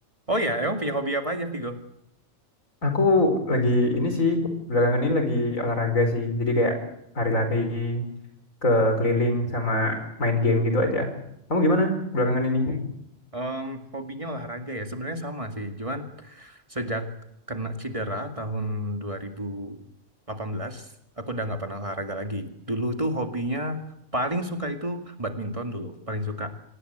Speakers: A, on the right; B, on the left.
A: Oh ya, emang punya hobi apa aja Vigo?
B: Aku lagi ini sih belakangan ini lagi olahraga sih. Jadi kayak lari-lari ke keliling sama main game gitu aja. Kamu gimana belakangan ini?
A: Hmm, em, hobinya olahraga ya, sebenarnya sama sih. Cuman sejak kena cedera tahun 2018, aku udah nggak pernah olahraga lagi. Dulu tuh hobinya paling suka itu badminton dulu, paling suka.